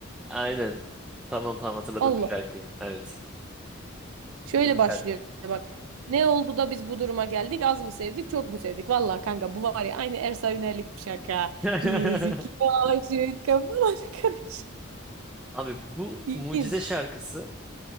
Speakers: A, in the centre; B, on the right (about 85°).
A: Aynen. Tamam tamam hatırladım
B: Allah.
A: bu şarkıyı. Evet.
B: Şöyle
A: Güzel
B: başlıyor
A: şarkı.
B: bak. Ne oldu da biz bu duruma geldik? Az mı sevdik, çok mu sevdik? Vallahi kanka bu var ya aynı Ersa Üner'lik bir şaka.
A: <laughs>
B: Biz iki aşık kafalar <laughs> karışık.
A: Abi bu
B: İlginç.
A: Mucize şarkısı